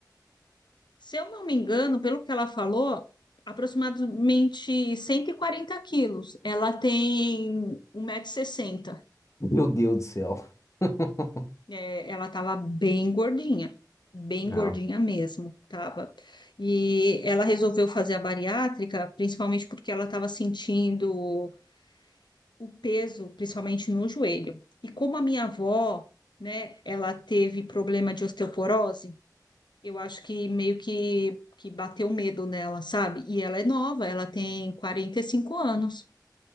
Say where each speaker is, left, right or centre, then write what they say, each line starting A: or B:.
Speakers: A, on the left (about 85°); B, on the left (about 45°).
A: Se eu não me engano, pelo que ela falou, aproximadamente 140 quilos. Ela tem um 1,60m.
B: Meu Deus do céu. <laughs>
A: É, ela estava bem gordinha, bem
B: Não,
A: gordinha mesmo, tava. E ela resolveu fazer a bariátrica, principalmente porque ela estava sentindo o peso, principalmente no joelho. E como a minha avó, né, ela teve problema de osteoporose, Eu acho que meio que, que bateu medo nela, sabe? E ela é nova, ela tem 45 anos.